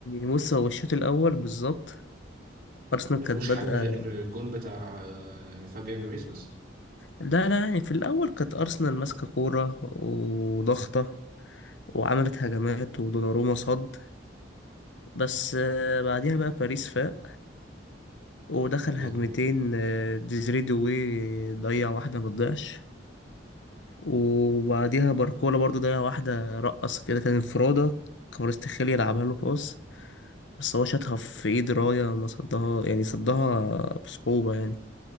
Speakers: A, on the left (about 80°); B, on the right (about 50°).
A: بص هو الشوط الاول بالظبط ارسنال
B: ما
A: كانت
B: فيهوش
A: بادئه
B: حاجه غير الجون بتاع آه، فابيان رويز بس
A: لا لا يعني في الاول كانت ارسنال ماسكه كوره وضغطه وعملت هجمات ودوناروما صد بس آه، بعديها بقى باريس فاق ودخل
B: مم. خلاص
A: هجمتين
B: بقى
A: آه، ديزري دوي ضيع واحده ما تضيعش وبعديها باركولا برضو ضيع واحده رقص كده كان انفرادة كفاراتسخيليا لعبها له باص بس هو شاطها في ايد رايا ما صدها يعني صدها بصعوبة يعني